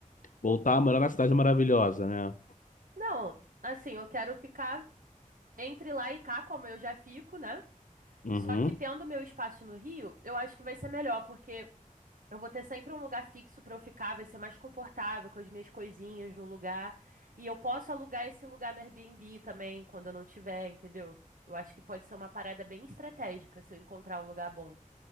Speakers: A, on the left (about 70°); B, on the right (about 80°).
A: voltar a morar na cidade maravilhosa, né?
B: Não, assim, eu quero ficar entre lá e cá, como eu já fico, né?
A: Uhum.
B: Só que tendo meu espaço no Rio, eu acho que vai ser melhor, porque eu vou ter sempre um lugar fixo pra eu ficar, vai ser mais confortável com as minhas coisinhas no lugar. E eu posso alugar esse lugar no Airbnb também, quando eu não tiver, entendeu? Eu acho que pode ser uma parada bem estratégica se eu encontrar um lugar bom.